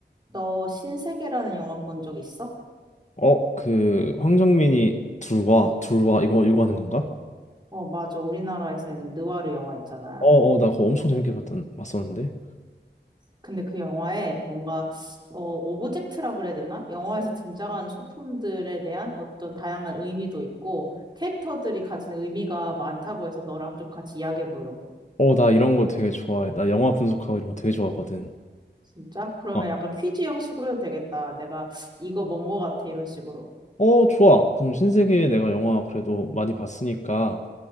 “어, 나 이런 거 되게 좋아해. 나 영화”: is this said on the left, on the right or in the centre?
Left